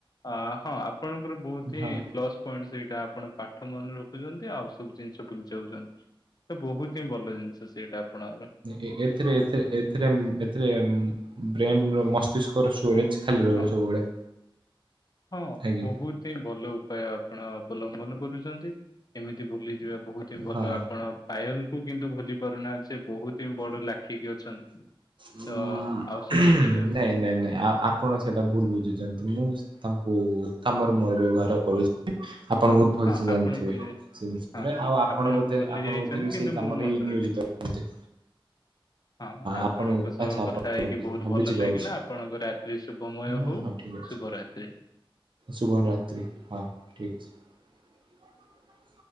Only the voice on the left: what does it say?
ଅ ହଁ ଆପଣଙ୍କର ବହୁତ୍ ହିଁ
ପ୍ଲସ୍ ପଏଣ୍ଟ ସେଇଟା ଆପଣ ପାଠ ମନେ ରଖୁଚନ୍ତି, ଆଉ ସବୁ ଜିନିଷ ଭୁଲି ଯାଉଚନ୍ତି, ତ ବହୁତ୍ ହିଁ ଭଲ ଜିନିଷ ସେଇଟା ଆପଣଙ୍କର।
ହଁ
ହଁ
ବହୁତ୍ ହିଁ ଭଲ ଉପାୟ ଆପଣ ଅବଲମ୍ବନ କରୁଚନ୍ତି। ଏମିତି ଭୁଲିଯିବା ବହୁତ୍ ହିଁ ଭଲ
ଆପଣ ପାୟଲ୍ କୁ କିନ୍ତୁ ଭୁଲି ପାରୁନାହାନ୍ତି, ସେ ବହୁତ୍ <unintelligible> ବଡ ଲାଖିକି ଅଛନ୍ତି।
ତ ଆଉ ସବୁ ଭୁଲି ଯାଉଛି
ହଁ
ଆପଣ ଭୁଲି
ହଁ
ଭୁଲି
ଯାଇଛନ୍ତି
କିନ୍ତୁ
ମୁଁ ମନେ
ରଖିଛି।
ହଁ ଆପଣଙ୍କ
ସହ
କଥା ହେଇକି
ବହୁତ
ଭଲ
ଲାଗିଲା ଆପଣଙ୍କ ରାତ୍ରି ଶୁଭମୟ
ହଉ।
ଶୁଭ ରାତ୍ରି।